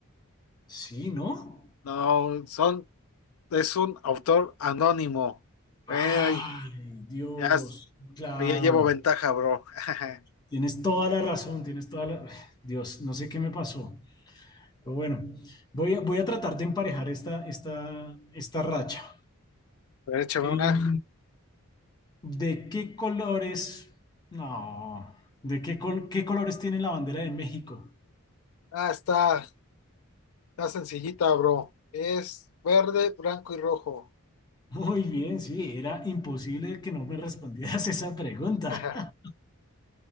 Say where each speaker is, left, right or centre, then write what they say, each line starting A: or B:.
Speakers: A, on the left; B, on the left.
A: Sí, ¿no?
B: No, son es un autor anónimo.
A: Ay,
B: Eh, Ah, Ey,
A: Dios,
B: ya, es-
A: claro.
B: ya llevo ventaja, bro. <laughs>
A: Tienes toda la razón, tienes toda la... <sighs> Dios, no sé qué me pasó. Pero bueno, voy a, voy a tratar de emparejar esta, esta, esta racha.
B: Pero échame
A: Em,
B: una.
A: ¿de qué colores? No, ¿de qué, col- qué colores tiene la bandera de México?
B: Ah, está, está sencillita, bro. Es verde, blanco y rojo.
A: Muy bien, sí, era imposible que no me respondieras esa pregunta.
B: <laughs>
A: <laughs>